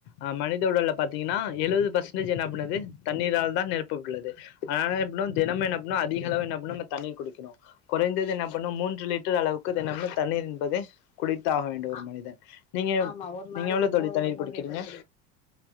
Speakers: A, on the left; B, on the left.
A: ஆ மனித உடல்ல பாத்தீங்கன்னா எழுவது பர்சன்டேஜ் என்னா பண்ணுது தண்ணீரால் தான் நெரப்ப உள்ளது அனால என்ன பன்னோ தெனமு என்ன பன்னோ அதிக அளவு என்னப்பன்னோ இந்த தண்ணீய குடிக்கணு குறைந்தது என்ன பண்ணு மூன்று லிட்டர் அளவுக்கு தெனமு தண்ணீர் என்பது குடித்து ஆக வேண்டும் ஒரு
B: அ
A: மனிதன் நீங்க எவ்
B: ஆமா ஒரு
A: நீங்க
B: நாளைக்கு
A: எவ்வளவு தோழி
B: மூ
A: தண்ணீர்
B: மூணு
A: குடிக்கிறீங்க?
B: லிட்டர் குடி